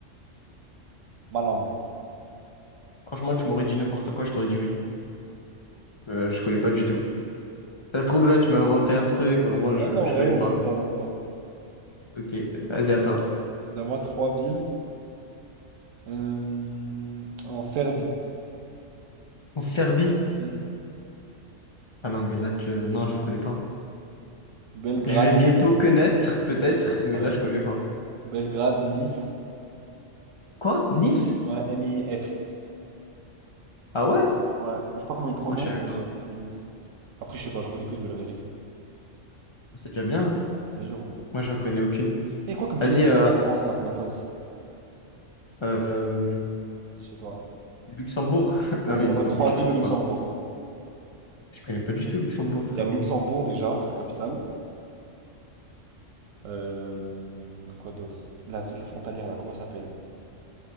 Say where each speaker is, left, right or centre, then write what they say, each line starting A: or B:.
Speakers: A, on the right (about 85°); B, on the left (about 35°).
A: Malang.
B: Franchement, tu m'aurais dit n'importe quoi, je t'aurais dit oui. Euh, je connais pas du tout. Ça se trouve, là, tu m'as inventé un truc, vraiment, je,
A: Non, non,
B: je
A: vraiment,
B: connais pas.
A: même pas, même pas.
B: Ok, vas-y, à toi.
A: Donne-moi trois villes. Euh, en Serbie.
B: En Serbie?
A: Mm.
B: Ah non, mais là, tu... non, je connais pas.
A: Belgrade.
B: Je vais bientôt connaître, peut-être, mais
A: Ouais.
B: là, je connais pas.
A: Belgrade, Nice.
B: Quoi? Nice?
A: Ouais, N-I-S.
B: Ah ouais?
A: Ouais. Je sais pas comment ils le prononcent,
B: Moi, je savais
A: mais
B: pas.
A: ça s'écrit Nice. Après, je sais pas, j'en connais
B: Ok.
A: que de la vérité.
B: C'est déjà bien, hein.
A: Ouais, j'avoue.
B: Moi, j'en connais aucune.
A: Il y a quoi comme pays
B: Vas-y,
A: à côté
B: euh,
A: de la France, là, qu'on n'a pas dit?
B: euh,
A: Je sais pas.
B: Luxembourg. <laughs>
A: Vas-y,
B: Non, mais
A: donne-moi
B: Luxembourg,
A: trois
B: je
A: villes
B: connais
A: au Luxembourg.
B: pas. Je connais pas du tout Luxembourg, frérot.
A: Il y a le Luxembourg, déjà, c'est la capitale. Euh, quoi d'autre? La ville frontalière, là, comment ça s'appelle?